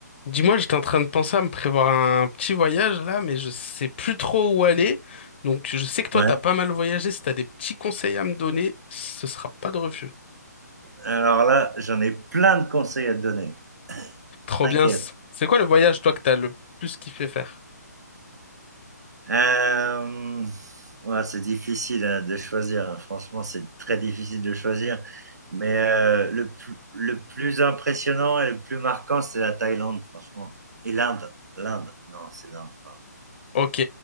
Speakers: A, on the left; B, on the right.
A: Dis-moi, j'étais en train de penser à me prévoir un petit voyage là, mais je sais plus trop où aller. Donc je sais que toi,
B: Ouais.
A: t'as pas mal voyagé. Si t'as des petits conseils à me donner, ce sera pas de refus.
B: Alors là, j'en ai plein de conseils à te donner.
A: Trop
B: T'inquiète.
A: bien. C- C'est quoi le voyage, toi, que t'as le plus kiffé faire?
B: Euh, ouais, c'est difficile hein, de choisir. hein. Franchement, c'est très difficile de choisir. Mais euh, le, pl- le plus impressionnant et le plus marquant, c'est la Thaïlande, franchement. Et l'Inde. L'Inde. Non, c'est l'Inde, pardon.
A: Ok,